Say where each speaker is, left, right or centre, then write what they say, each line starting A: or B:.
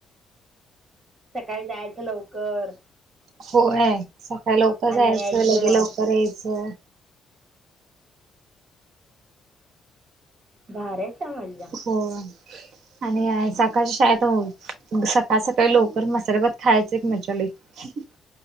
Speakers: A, on the right; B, on the right.
A: सकाळी जायचं लवकर.
B: होय सकाळी लवकर
A: आणि
B: जायचं
A: यायचं
B: लगे लवकर यायचं.
A: भारी असत्या मजा.
B: होय. आणि सकाळच्या शाळेत सकाळ सकाळी लवकर मसाले भात खायच एक मजा लेय. ह <inaudible>